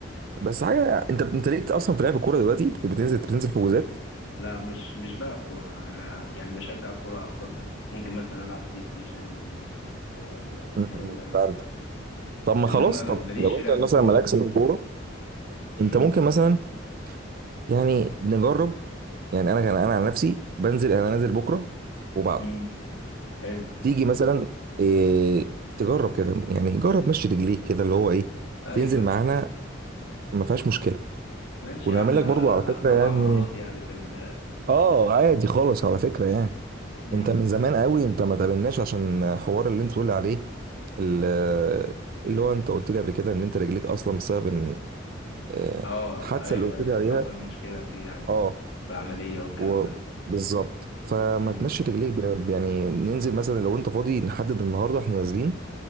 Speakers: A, on the right; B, on the left.
A: بس حاجه انت انت ليك اصلا بتلعب الكوره دلوقتي بت- بتنزل بتنزل في حجوزات
B: لا مش مش بلعب كورة أنا يعني بشجع كورة أفضل ممكن مثلا ألعب بلاي ستيشن آه
A: مم.
B: الكلام ده
A: فهمتك طب ما
B: إنما
A: خلاص
B: ماليش
A: طب لو
B: في
A: انت
B: لعب الكورة
A: مثلا مالكش
B: بالظبط.
A: في الكوره
B: مم.
A: انت ممكن مثلا يعني نجرب يعني انا كان انا عن نفسي بنزل انا نازل بكره وبعده
B: مم. حلو
A: تيجي مثلا إيه تجرب كده يعني جرب مشي رجليك كده اللي هو ايه
B: أيوه
A: تنزل
B: أيوه
A: معانا ما فيهاش مشكله
B: ماشي
A: ونعمل
B: يا عم
A: لك برضو على فكره
B: أطلع
A: يعني
B: مهاراتي يعني في ال
A: اه عادي خالص على فكره يعني
B: <laughs> مم.
A: انت من زمان قوي انت ما تقابلناش عشان حوار اللي انت بتقول عليه ال- اللي هو انت قلت لي قبل كده ان انت رجليك اصلا بسبب ان آه،
B: أه
A: الحادثه
B: أيوه
A: اللي قلت
B: أيوه.
A: لي
B: كان
A: عليها
B: حصل مشكلة فيها
A: اه
B: والعملية والكلام
A: و- بالظبط فما
B: ده
A: تمشي رجليك ب- يعني ننزل مثلا لو انت فاضي نحدد النهارده احنا نازلين